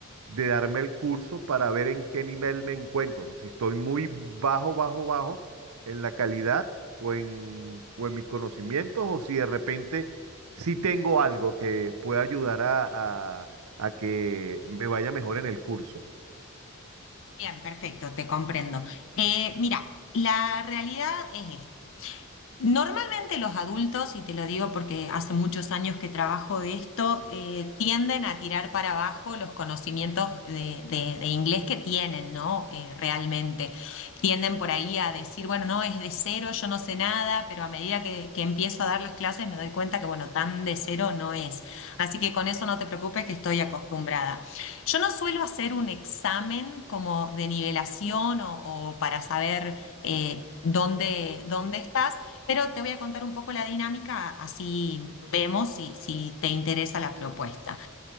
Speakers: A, on the right; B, on the left.
A: de darme el curso para ver en qué nivel me encuentro, si estoy muy bajo, bajo, bajo en la calidad o en, o en mis conocimientos, o si de repente sí tengo algo que pueda ayudar a, a a que me vaya mejor en el curso.
B: Bien, perfecto, te comprendo. Eh, mira, la realidad es esta. Normalmente los adultos, y te lo digo porque hace muchos años que trabajo de esto, eh, tienden a tirar para abajo los conocimientos de, de- de inglés que tienen, ¿no? Eh, realmente. Tienden por ahí a decir, bueno, no, es de cero, yo no sé nada, pero a medida que, que empiezo a dar las clases me doy cuenta que, bueno, tan de cero no es. Así que con eso no te preocupes que estoy acostumbrada. Yo no suelo hacer un examen como de nivelación o, o para saber... eh, dónde, dónde estás, pero te voy a contar un poco la dinámica, así vemos si, si te interesa la propuesta.